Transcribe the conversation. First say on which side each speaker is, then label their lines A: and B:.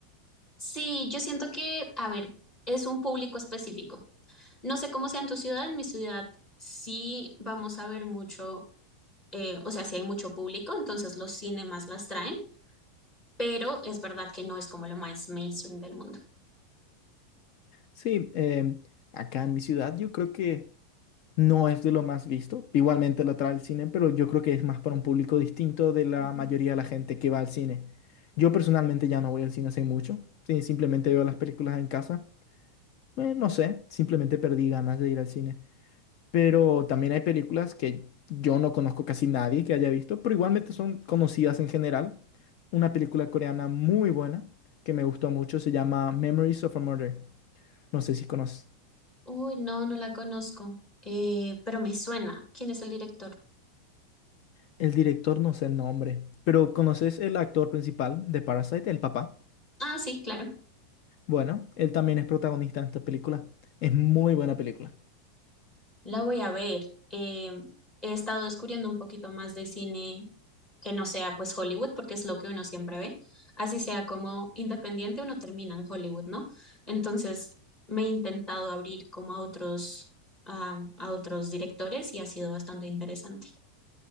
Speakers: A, on the left (about 20°); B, on the left (about 45°).
A: Sí, yo siento que, a ver, es un público específico. No sé cómo sea en tu ciudad, en mi ciudad sí vamos a ver mucho, eh, o sea, sí hay mucho público, entonces los cinemas las traen, pero es verdad que no es como lo más mainstream del mundo.
B: Sí, em, acá en mi ciudad yo creo que... No es de lo más visto. Igualmente la trae al cine, pero yo creo que es más para un público distinto de la
A: Ujú.
B: mayoría de la gente que va al cine. Yo personalmente ya no voy al cine hace mucho. Sí, simplemente veo las películas en casa. Eh, no sé, simplemente perdí ganas de ir al cine. Pero también hay películas que yo no conozco casi nadie que haya visto, pero igualmente son conocidas en general. Una película coreana muy buena que me gustó mucho se llama Memories of a Murder. No sé si conoces.
A: Uy, no, no la conozco, eh, pero me suena. ¿Quién es el director?
B: El director no sé el nombre, pero ¿conoces el actor principal de Parasite, el papá?
A: Ah, sí, claro.
B: Bueno, él también es protagonista en esta película. Es muy buena película.
A: La voy a ver. Eh, he estado descubriendo un poquito más de cine que no sea pues Hollywood, porque es lo que uno siempre ve. Así sea como independiente, uno termina en Hollywood, ¿no? Entonces me he intentado abrir como a otros, a, a otros directores y ha sido bastante interesante.